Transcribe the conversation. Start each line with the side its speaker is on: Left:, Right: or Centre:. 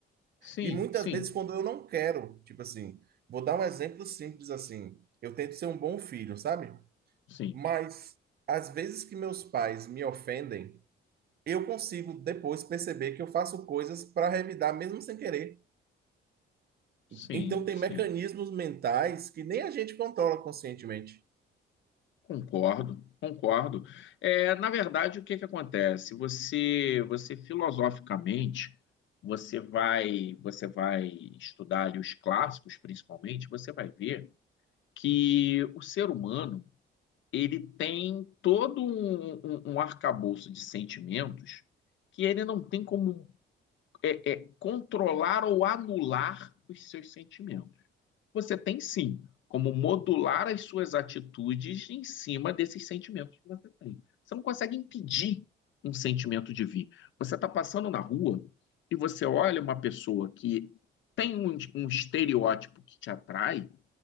Left: sim,
Right: E muitas
Left: sim,
Right: vezes quando eu não quero, tipo assim, vou dar um exemplo simples assim, eu tento ser um bom filho, sabe?
Left: sim,
Right: Mas às vezes que meus pais me ofendem, eu consigo depois perceber que eu faço coisas para revidar mesmo sem querer.
Left: sim,
Right: Então tem
Left: sim.
Right: mecanismos mentais que nem a gente controla conscientemente.
Left: Concordo, concordo. É, na verdade, o que que acontece? Você, você filosoficamente, você vai, você vai estudar ali os clássicos, principalmente, você vai ver que o ser humano ele tem todo um, um, um arcabouço de sentimentos que ele não tem como é, é, controlar ou anular os seus sentimentos. Você tem sim como modular as suas atitudes em cima desses sentimentos que você tem. Você não consegue impedir um sentimento de vir. Você está passando na rua e você olha uma pessoa que tem um, um estereótipo que te atrai